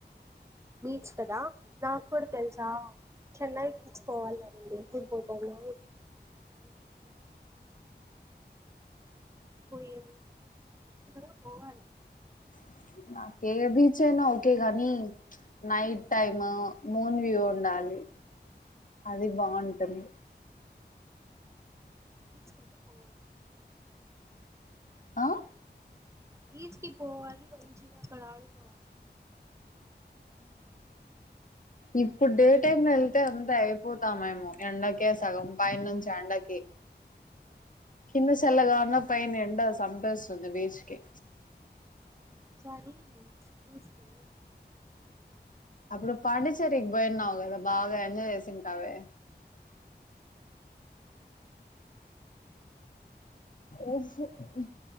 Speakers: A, on the right; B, on the left.
A: బీచ్ కదా నాకు కూడా తెలుసా చెన్నై పోవాలని ఉంది అప్పుడు పోతాను పోచ్చ పోవాలి
B: <inaudible> నాక ఏ బీచ్ అయినా ఓకే గాని నైట్ టైమ్ మూన్ వ్యూ ఉండాలి అది బాగుంటది
A: బీచ్ కతే పోవాల
B: ఆ
A: బీచ్కి పోవాలి మంచిగ అక్కడ ఆదుకోవాలి
B: ఇప్పుడు డే టైమ్ లో వెళ్తే అంతా అయిపోతాం ఏమో ఎడా సగం పైనం చాండకి కింద చెెల్లగా ఉన్నా పైన ఎండ సపస్తుంది బీచ్కి
A: సాలు <inaudible>
B: అప్పుడు పాండిచేరికి పోయిన్నావు కదా బాగా ఎంజాయ్ చేసింటావే ఓహో ఉ